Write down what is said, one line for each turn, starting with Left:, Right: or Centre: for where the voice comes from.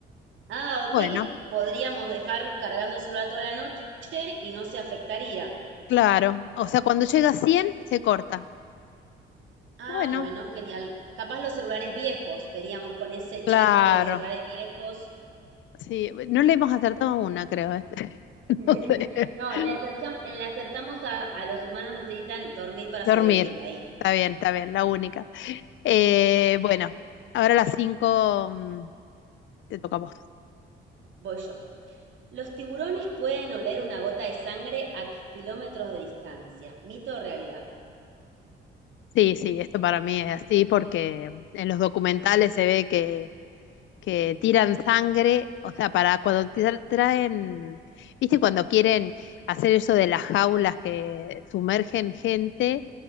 Right: Ah, ok,
Left: Bueno,
Right: que
Left: sí,
Right: podríamos dejar cargando cargándoselo toda la noche y no se afectaría.
Left: claro. O sea, cuando llega a 100, se corta.
Right: Ah,
Left: Bueno,
Right: bueno, genial. Capaz los celulares viejos, veríamos con ese chip
Left: claro.
Right: de los celulares viejos.
Left: Sí, no le hemos acertado una, creo. ¿eh? <laughs>
Right: <laughs>
Left: No no, sé. <laughs>
Right: No, le acertam- le acertamos a, a los humanos necesitan dormir para
Left: Dormir.
Right: sobrevivir. Ahí,
Left: Está bien, está bien, la única. Eh, bueno, ahora a las 5 mm, te tocamos.
Right: voy yo. Los tiburones pueden oler una gota de sangre a kilómetros de distancia. ¿Mito o realidad?
Left: Sí, sí, esto para mí es así porque en los documentales se ve que, que tiran sangre, o sea, para cuando tra- traen, viste, cuando quieren hacer eso de las jaulas que sumergen gente,